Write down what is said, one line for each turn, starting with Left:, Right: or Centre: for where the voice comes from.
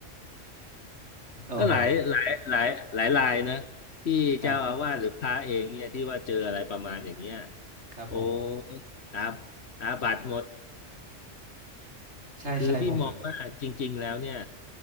Right: โอ้โห
Left: ก็หลายหลายหลายหลายรายนะที่เจ้าอาวาสหรือพระเองเนี่ยที่ว่าเจออะไรประมาณอย่างเงี้ย
Right: ครับครับผม
Left: โอ้ยอาอาบัติหมด
Right: ใช่ใช่ผมแบบ
Left: คือพี่มองว่าจริงๆแล้วเนี่ย